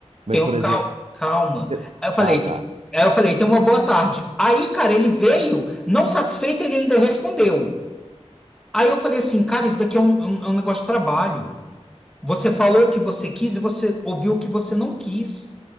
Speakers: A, on the right; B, in the centre.
A: mas
B: tenho
A: por exemplo.
B: calma, calma.
A: cê-
B: Aí eu falei,
A: Ah, tá.
B: aí eu falei, tenha uma boa tarde. Aí, cara, ele veio, não satisfeito, ele ainda respondeu. Aí eu falei assim, cara, isso daqui é um, é um é um negócio de trabalho. Você falou o que você quis e você ouviu o que você não quis.